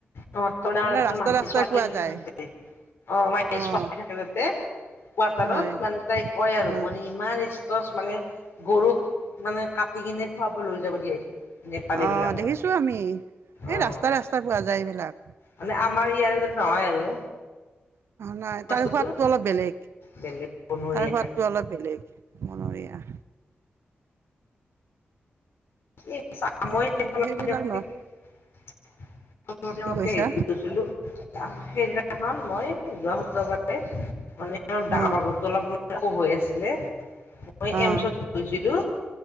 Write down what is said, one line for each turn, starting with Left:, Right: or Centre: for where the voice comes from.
Left: অঁ
Right: মানে ৰাস্তা
Left: মেশাল
Right: ৰাস্তাই
Left: <inaudible>
Right: পোৱা যায়
Left: অ মাহশ
Right: অঁ
Left: থাকতে কোৱাৰ্টাৰত
Right: হয়
Left: মানে তাই কয় আৰু
Right: অঁ
Left: মানে ইমান স্কচ মানে গৰুক মানে কাটি কিনে খুৱাব লৈ যাব দিয়ে নেপালী
Right: অঁ
Left: বিলাকক
Right: দেখিছো আমি এই
Left: অ',
Right: ৰাস্তা- ৰাস্তা পোৱা যায় লাখ
Left: মানে আমাৰ ইয়াত নহয় আৰু
Right: নাই
Left: বস্তুটো
Right: তাৰ সোৱাদটো অলপ বেলেগ
Left: বেলেগ বনৰীয়া
Right: তাৰ সোৱাদটো অলপ বেলেগ বনৰীয়া
Left: সেইদিনাখন
Right: সেইবিলাক সেইবিলাক ন কি
Left: গৈছিলো
Right: কৈছা
Left: সেইদিনাখন মই যোৱা শুক্ৰবাৰে মানে ডাঙৰ
Right: অঁ
Left: মানে অলপ একো হৈ আছিলে মই
Right: অঁ
Left: এওঁ ওচৰত গৈছিলো।